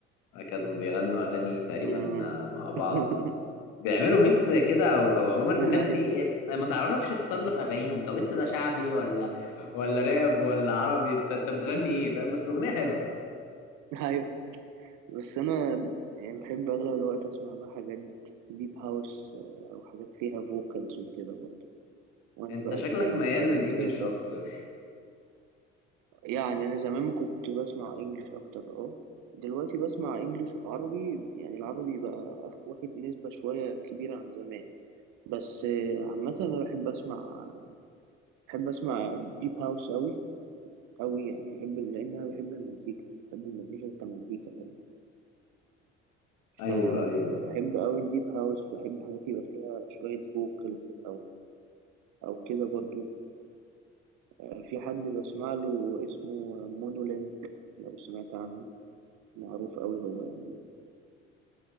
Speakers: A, on the left; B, on the right.
A: آه، كانوا بيغنوا اغاني تقريبا
B: مم.
A: آه، مع بعض
B: <laughs>
A: بيعملوا ميكس كده او او عموما الناس
B: أيوه
A: دي آه، ما تعرفش تصنف اغانيهم طب انت ده شعبي ولا ولا راب ولا عربي انت انت بتغني ايه فاهم بس الاغنيه حلوه
B: <laughs> أيوه بس انا يعني بحب اغلب الوقت اسمع بقى حاجات ديب هاوس او حاجات فيها فوكالز وكده برضه وانا
A: انت
B: بقى
A: شكلك
B: سايق
A: ميال
B: وانا
A: للانجليش
B: مسافر
A: اكتر
B: يعني انا زمان ما كنت بسمع انجليش اكتر اه دلوقتي بسمع انجليش وعربي يعني العربي بقى أخ- واخد نسبة شوية كبيرة عن زمان بس آه، عامة انا بحب اسمع بحب اسمع ديب هاوس اوي اوي يعني بحب لان انا بحب المزيكا بحب المزيكا كمزيكا
A: ايوه
B: ف...
A: ايوه
B: فبحب أوي الديب هاوس بحب حاجات يبقى فيها شوية فوكالز أو أو كده برضو آه، في حد بسمع له اسمه مونولينك لو سمعت عنه معروف أوي هو يعني